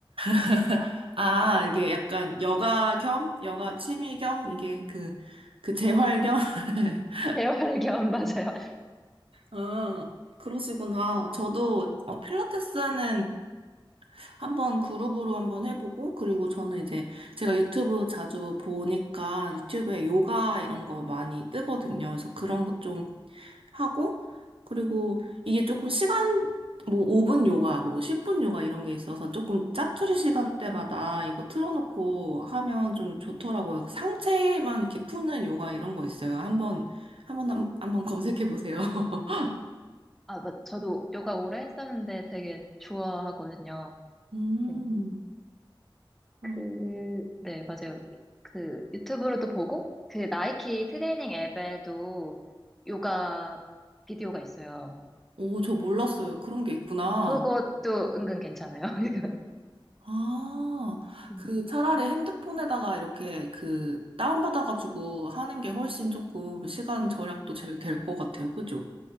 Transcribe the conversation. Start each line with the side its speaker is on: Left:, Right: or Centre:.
Right: <laughs> 아, 이게 약간 여가 겸, 여가 취미 겸, 이게 그, 그 재활 겸? <laughs>
Centre: 재활견 맞아요.
Right: 음, 그러시구나. 저도 어, 필라테스는 한번 그룹으로 한번 해보고, 그리고 저는 이제 제가 유튜브 자주 보니까 유튜브에 요가 이런 거 많이 뜨거든요. 그래서 그런 것 좀 하고, 그리고 이게 조금 시간, 뭐 5분 요가, 뭐 10분 요가 이런 게 있어서 조금 짜투리
Centre: 음,
Right: 시간대마다 이거 틀어놓고 하면 좀 좋더라고요. 상체만 이렇게 푸는 요가 이런 거 있어요. 한번, 한번, 한번 검색해 보세요. <laughs>
Centre: 아, 맞, 저도 요가 오래 했었는데 되게 좋아하거든요.
Right: 음,
Centre: 네,
Right: 그럼,
Centre: 그, 네, 맞아요. 그 유튜브로도 보고 그 나이키 트레이닝 앱에도 요가 비디오가 있어요.
Right: 오, 저 몰랐어요. 그런 게 있구나.
Centre: 그것도 은근 괜찮아요. <laughs>
Right: 아,
Centre: 이건.
Right: 그 차라리 핸드폰에다가 이렇게 그 다운받아가지고 하는 게 훨씬 조금 시간 절약도 제일 될 것 같아요. 그죠?